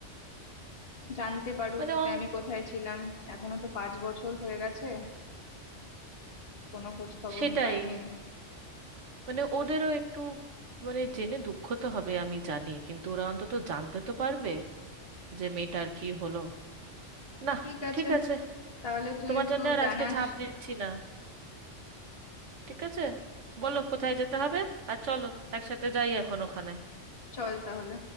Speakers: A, on the left; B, on the right.
A: জানতে পারুক
B: মানে
A: যে
B: ও-
A: আমি কোথায় ছিলাম এখনো তো পাঁচ বছর হয়ে গেছে কোনো খোঁজ খবর
B: সেটাই
A: পাইনি
B: মানে ওদেরও একটু মানে জেনে দুঃখ তো হবে আমি জানি কিন্তু ওরা অন্তত জানতে তো পারবে যে মেয়েটার কি হলো না
A: ঠিক আছে
B: ঠিক আছে
A: তাহলে তুই
B: তোমার
A: একটু
B: জন্য আর
A: জানাস
B: আজকে ঝাঁপ দিচ্ছি না ঠিক আছে বলো কোথায় যেতে হবে আর চলো একসাথে যাই এখন ওখানে
A: চল তাহলে